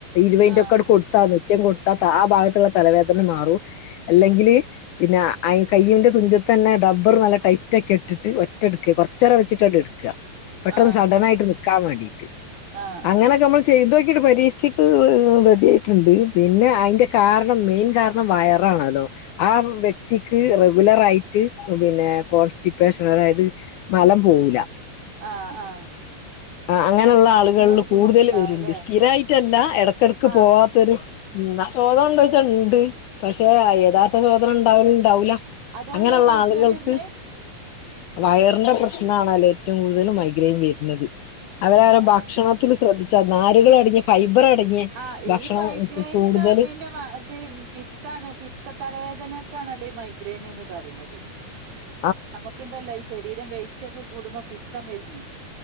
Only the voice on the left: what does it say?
ഇരുപതിൻ്റെ
ഒക്കെ ത്താ നിത്യം കൊട്ത്താ ത ആ ഭാഗത്ത്ള്ള തലവേദന മാറും അല്ലെങ്കില് പിന്നെ ആ കയ്യിന്റെ തുഞ്ചത്തന്നെ ടബ്ബർ നല്ല ടൈറ്റാക്കി ഇട്ടിട്ട് ഒറ്റഡ്ക്ക്, കൊർചെരം വെച്ചിട്ട് അങ്ങട്ട് ടുക്കുക. പെട്ടന്ന്
സഡൻ ആയിട്ട് നിക്കാൻ വേണ്ടീട്ട്,
അങ്ങനൊക്കെമ്മൾ
ചെയ്തോക്കിട്ട്, പരീക്ഷിച്ചിട്ട് റെഡി ആയിട്ടുണ്ട്. പിന്നെ അയ്ന്റെ കാരണം, മെയിൻ കാര ണം വയറാണലോ ആ വ്യക്തിക്ക് റെഗുലർ ആയിട്ട് പിന്നെ കോൺസ്റ്റിപേഷൻ അതായത് മലം പോവൂല
ആഹ്‌ അങ്ങനെള്ള ആളുകൾല്
കൂടുതൽ വരുണ്ട്. സ്ഥിരായിട്ടല്ല, എടക്കെടക്ക്
പോവാ ത്തരു ആ ശോദന ഉണ്ടോന്ന് ചോദിച്ചാ ണ്ട്. പക്ഷെ യഥാർത്ഥ ശോദന ഉണ്ടാവല്ണ്ടാവൂല
അങ്ങനെള്ള
ആളുകൾക്ക്
വയറിന്റെ പ്രശ്നാണെല്ലോ ഏറ്റവും കൂടുതൽ മൈഗ്രെയിൻ വരുന്നത് അവരവരുടെ
ഭക്ഷണത്തിൽ
ശ്രദ്ധിച്ചാൽ, നാരുകൾ അടങ്ങിയ ഫൈബർ അടങ്ങിയ
ഭക്ഷണം
കൂടുതൽ
<inaudible>